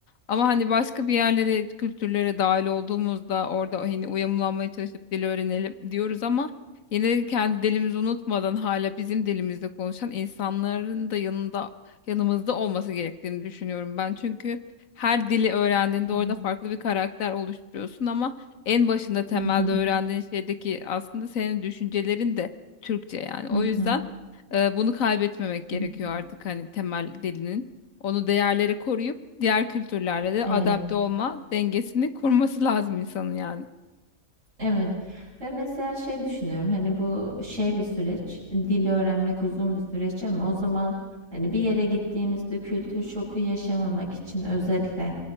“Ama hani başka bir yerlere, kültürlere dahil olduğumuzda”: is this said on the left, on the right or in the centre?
Left